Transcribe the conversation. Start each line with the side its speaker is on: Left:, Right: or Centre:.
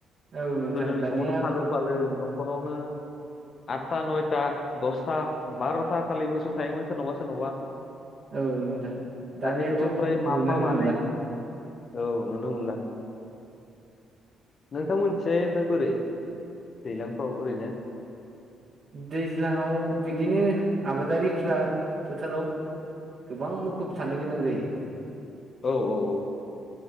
Right: औ नोंथां
Left: गोदोनि
Right: दानिया
Left: समावथ'
Right: उम
Left: फालो फालो न'खरावनो आत्ता नयथा दसथा बार'था खालि मोसौ थायोमोन सोरनावबा सोरनावबा।
Right: औ नोंथां दानियाथ'
Left: दानि जुगाव फ्राय माफा
Right: नुनोनो
Left: मानै।
Right: मोनला
Left: औ नुनो मोनला। नोंथां मोनथिंहाय ओमफाय बोरै, दैलांफ्राव ओरैनो?
Right: दैज्लाङाव बिदिनो आबादारिफ्रा फोथाराव गोबां मुखुब थानो गोनां जायो।
Left: औ औ औ।